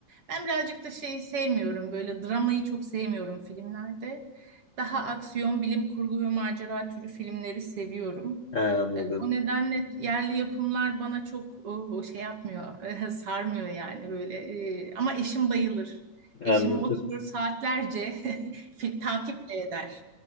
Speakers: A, on the right (about 45°); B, on the left (about 40°).
A: Ben birazcık da şey sevmiyorum. Böyle dramayı çok sevmiyorum filmlerde. Daha aksiyon, bilim kurgu ve macera türü filmleri seviyorum.
B: Ha, anladım.
A: E, o nedenle yerli yapımlar bana çok e, şey yapmıyor, <laughs> e, sarmıyor yani böyle. E, ama eşim bayılır.
B: Anladım.
A: Eşim oturur saatlerce <laughs> fil- takip de eder.